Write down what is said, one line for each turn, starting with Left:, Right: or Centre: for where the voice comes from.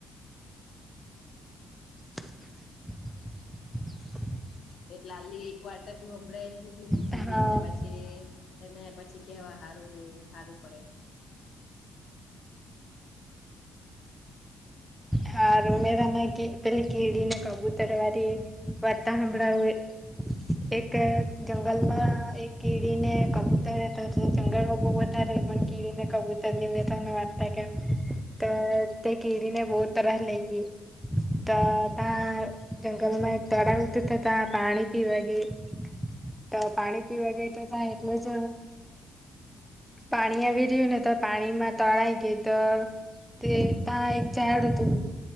Centre: <inaudible>
Left: એટલે આલી એક વાર્ટર તું સંભળાય જને બીજી
Centre: હા
Left: બે પછી એને પછી કેવા હારું હારું પડે.
Centre: હારુ મે તને કે પેલી કીડીને કબૂતર વારી વાર્તા હંભડવું એ એક જંગલમાં એક કીડીને કબૂતર તો જંગલમાં બહ વધારે પણ કીડીને કબૂતર નિ તને વાત થા કેમ તો તે કીડીને બવ તરહ લાયગી. તો તા જંગલમાં એક તળાવ તો તો તા પાણી પીવા ગેઈ. તો પાણી પીવા ગઈ તો તા એટલું જ પાણી આવી રહ્યું ને તો પાણીમાં તણાઈ ગય તો તે તા એક ઝાડ હતું